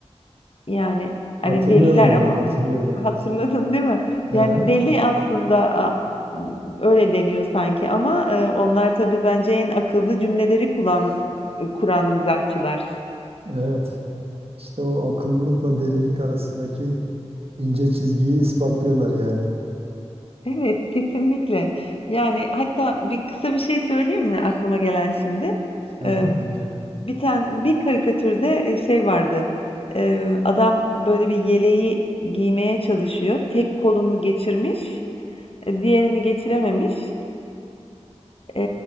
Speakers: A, on the left; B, on the right.
A: yani
B: Hatırlıyorum
A: hani deliler
B: onu,
A: ama
B: hatırlıyorum evet.
A: Hatırladın değil mi?
B: Aha,
A: Yani deli aslında a- öyle deniyor sanki ama e, onlar tabii bence en akıllı cümleleri kuran, kuran mizahçılar.
B: evet. İşte o akıllılıkla delilik arasındaki ince çizgiyi ispatlıyorlar yani.
A: Evet, kesinlikle. Yani hatta bir kısa bir şey söyleyeyim mi aklıma gelen şimdi?
B: Aha,
A: E,
B: dinliyorum.
A: bir tane bir karikatürde e, şey vardı. E, adam böyle bir yeleği giymeye çalışıyor. Tek kolunu geçirmiş, e, diğerini geçirememiş. Eee,